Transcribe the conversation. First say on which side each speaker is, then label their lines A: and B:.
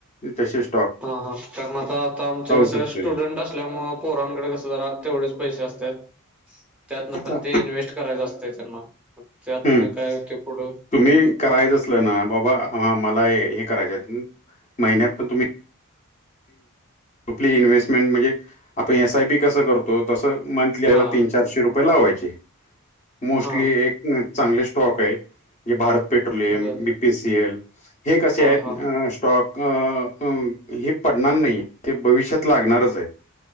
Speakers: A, on the left; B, in the centre.
A: तसेच
B: हा हा, त्यामुळं आता आता आमचे कसं
A: शकतोय
B: स्टुडंट असल्यामुळे, पोरांकडे कसं जरा तेवढेच पैसे असतात. त्यातनं,
A: आता
B: पण ते इन्व्हेस्ट करायचं असतं, त्यांना. त्यातनं
A: हम
B: काय होते पुढं
A: तुम्ही करायचं असलं ना, बाबा मला हे हे करायचेत महिन्यात पण तुम्ही? आपली इन्व्हेस्टमेंट म्हणजे, आपण एस आय बी कस करतो? तसं मंथली
B: हा
A: हेला तीन-चारशे रुपये लावायचे. मोस्टली
B: हा
A: एक चांगले स्टॉक आहे, जे भारत पेट्रोलियम,
B: बर
A: बीपीसीएल हे कसे
B: हा
A: आहेत?
B: हा
A: स्टॉक अ हे पडणार नाहीत ते भविष्यात लागणारच आहेत,